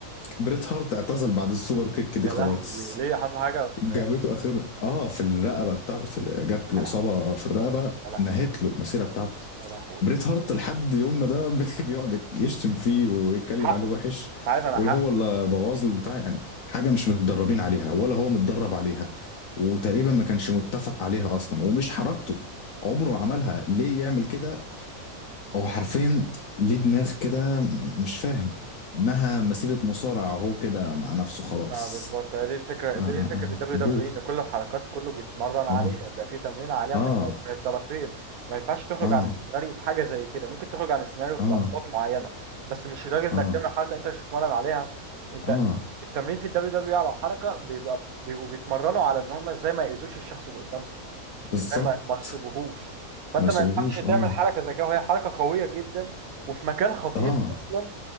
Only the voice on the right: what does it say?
يا
لهوي ليه حصل حاجه في
يعني؟
يا لهوي
يا لهوي
يا لهوي
حقه
انت عارف انا
حق
اه بالظبط هي دي الفكرة
دي
الفكرة في
الدبليو
دبليو اي ان كل الحركات كله بيتمرن عليها
بيبقى فيه تمرين عليها
من الت- من الطرفين ما ينفعش تخرج
عن السيناريو في حاجة زي كده ممكن تخرج عن السيناريو في
لقطات معينة بس مش لدرجة انك
تعمل حركة انت مش بتتمرن عليها انت
التمرين في الدبليو دبليو اي على الحركة بيبقى بيبقوا بيتمرنوا على ان هم ازاي ما يأذوش الشخص اللي قدامهم
ازاي ما ما يصيبوهوش فانت
ما ينفعش
تعمل حركة زي كده وهي حركة قوية جدا وفي مكان خطير
اصلا